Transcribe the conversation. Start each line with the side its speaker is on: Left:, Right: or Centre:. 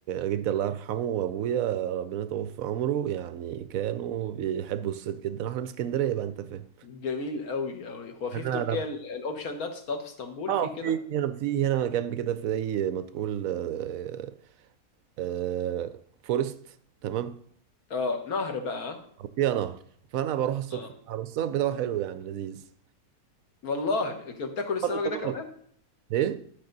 Right: جدي الله يرحمه وابويا ربنا يطول في عمره يعني كانوا بيحبوا الصيد جدا احنا من اسكندريه بقى انت فاهم
Left: جميل قوي قوي هو في
Right: انا
Left: في تركيا ال- الاوبشن ده تصطاد في اسطنبول
Right: اه
Left: في كده
Right: في في هنا في هنا جنب كده في زي ما تقول آه، آه، فورست تمام
Left: اه نهر بقى ها؟
Right: أو فيها نهر فانا بروح اصطاد
Left: اه
Right: في النهر والسمك بتاعه حلو يعني لذيذ
Left: والله بتاكل السمك
Right: برضه طبعا
Left: ده كمان
Right: ايه